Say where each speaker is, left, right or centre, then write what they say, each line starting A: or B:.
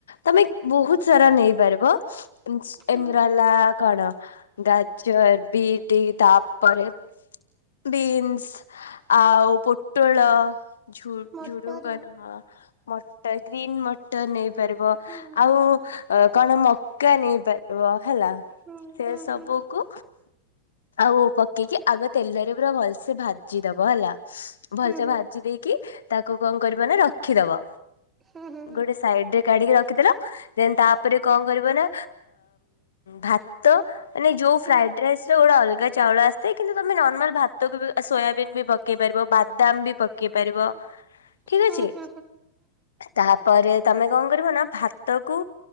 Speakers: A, on the left; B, on the right.
A: ତମେ ବହୁତ ସାରା ନେଇପାରିବ। ଇନ୍ସ
B: ହୁଁ
A: ଏନ୍ଦିରାଲା କଣ ଗାଜର, ବିଟି ତାପରେ ବିନ୍ସ ଆଉ ପୋଟଳ ଝୁ
B: ମଟର
A: ଝୁଡୁଙ୍ଗ ନୁହଁ। ମଟର ଗ୍ରୀନ୍ ମଟର ନେଇପାରିବ
B: ହୁଁ
A: ଆଉ କଣ ମକା ନେଇପାର ବ ହେଲା
B: ହୁଁ
A: ସେ
B: ହୁଁ
A: ସବୁ
B: ହୁଁ
A: କୁ ଆଉ ପକେଇକି ଆଗ ତେଲରେ ପୁରା ଭଲସେ ଭାଜି ଦବ ହେଲା ଭଲସେ
B: ହୁଁ ହୁଁ
A: ଭାଜି ଦେଇକି ତାକୁ କଁ କରିବ ନା ରଖିଦବ,
B: ହୁଁ ହୁଁ
A: ଗୋଟେ ସାଇଡ ରେ କାଢିକି ରଖିଦେଲ ଦେନ ତାପରେ କଣ କରିବ ନା ଭା ତ ମାନେ ଯୋଉ
B: ହୁଁ ହୁଁ
A: ଫ୍ରାଇଡ ରାଇସ ର ଗୋଟେ ଅଲଗା ଚାଉଳ ଆସିଥାଏ କିନ୍ତୁ ତମେ ନର୍ମାଲ ଭାତକୁ ବି ସୋୟାବିନ୍ ବି ପକେଇ ପାରିବ ବାଦାମ ବି ପକେଇ ପାରିବ ଠିକ
B: ତ ଲେମନ
A: ଅଛି। ତାପରେ ତମେ କଣ କରିବ ନା ଭାତ କୁ